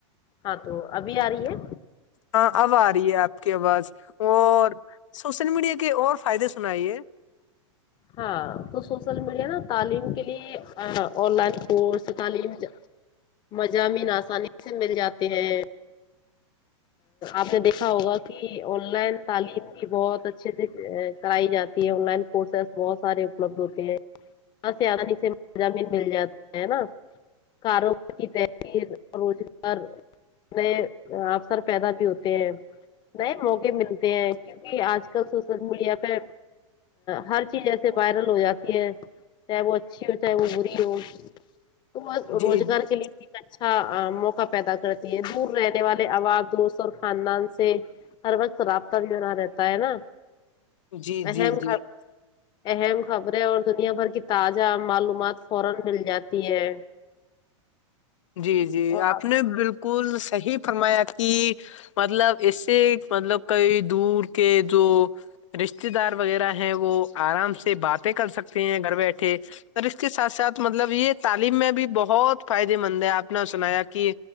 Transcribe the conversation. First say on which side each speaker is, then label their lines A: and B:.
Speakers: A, on the left; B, on the left.
A: ہاں تو ابھی آ رہی ہے
B: ہاں اب آ رہی ہے آپ کی آواز اور سوشل میڈیا کے اور فائدے سنائیے
A: ہاں تو سوشل میڈیا نا تعلیم کے لیے آن لائن کورس تعلیم مضامین آسانی سے مل جاتے ہیں آپ نے دیکھا ہوگا کی آن لائن تعلیم بھی بہت اچھے سے کرائی جاتی ہے آن لائن کورس بہت سارے اپلبدھ ہوتے ہیں آ سانی سے مضامین مل جاتے ہے نا کاروبار کی تحریر روزگار نئے افثر پیدا بھی ہوتے ہیں نہیںئے موقع ملتے ہیں کیونکہ آج کل سوشل میڈیا پہ ہر ای جیسے وائرل ہو جاتی ہے چاہے وہ اچھی ہو چاہے وہ بری ہو تو
B: جی
A: روزگار کے لیے بھی اچھا موقع پیدا کرتی ہے دور رہنے والے عوام دوست اور خاندان سے ہر وقت رابطہ بھی بنا رہتا ہے نا
B: جی
A: اہم
B: جی جی
A: خ اہم خبریں اور دنیا بھر کی تازہ معلومات فورا مل جاتی ہے
B: جی جی
A: اور
B: آپ نے بالکل صحیح فرمایا کی مطلب اسے مطلب کئی دور کے جو رشتے دار وغیرہ ہیں وہ آرام سے باتیں کر سکتے ہیں گھر بیٹھے اور اس کے ساتھ ساتھ مطلب یہ تعلیم میں بھی بہت فائدے مند ہے آپ نے سنایا کی